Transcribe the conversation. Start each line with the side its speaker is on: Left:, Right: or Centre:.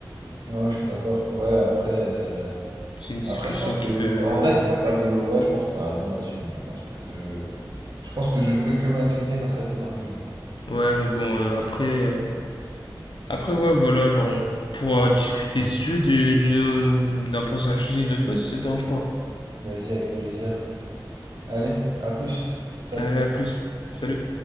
Right: Ouais, je suis d'accord. Ouais, après, euh,
Left: C'est une discussion
Right: après, je pense que,
Left: qui peut. euh,
Right: en vrai, c'est même pas lié au. Ouais, je pense que t'as raison là-dessus. hein. Je pense que, je pense que je ne peux que m'incliner face à tes arguments.
Left: Ouais, mais bon, euh, après. euh, Après, ouais, voilà, genre on pourra discuter si tu veux du- d'une- d'un prochain sujet une autre fois si ça te dérange pas.
Right: Vas-y, avec plaisir. Allez, à plus. Salut.
Left: Allez, à plus. Salut.